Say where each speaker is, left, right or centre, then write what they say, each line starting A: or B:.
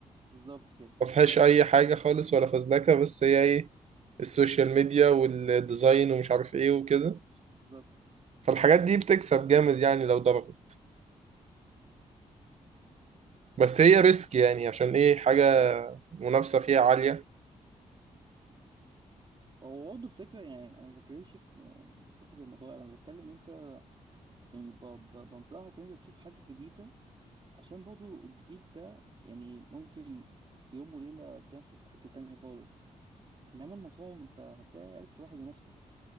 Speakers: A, on the right; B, on the right.
A: بالظبط كده
B: ما فيهاش اي حاجه خالص ولا فزلكه بس هي ايه السوشيال ميديا والديزاين ومش عارف ايه وكده
A: بالظبط
B: فالحاجات دي بتكسب جامد يعني لو ضربت بس هي ريسك يعني عشان ايه حاجه منافسه فيها عاليه
A: هو برضه الفكره يعني انا ما بتكلمش في يعني حته المطاعم انا بتكلم انت يعني ب- ب- بنصحك ان انت تشوف حاجه جديده عشان برضو الجديد ده يعني ممكن في يوم وليلة تلاقي نفسك في حتة تانية خالص إنما المطاعم أنت هتلاقي ألف واحد ينافسك